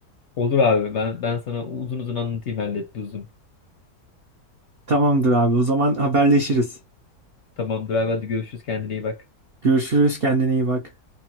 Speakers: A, on the left; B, on the right.
A: Olur abi ben ben sana uzun uzun anlatayım hallet uzun.
B: Tamamdır abi o zaman haberleşiriz.
A: Tamamdır abi hadi görüşürüz kendine iyi bak.
B: Görüşürüz kendine iyi bak.